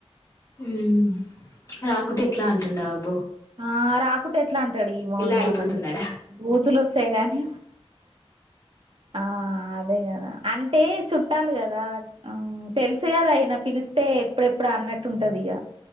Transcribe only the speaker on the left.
వూహ్ రాకుటెట్లా అంటుండా అబ్బు
ఆగిపోతుందడా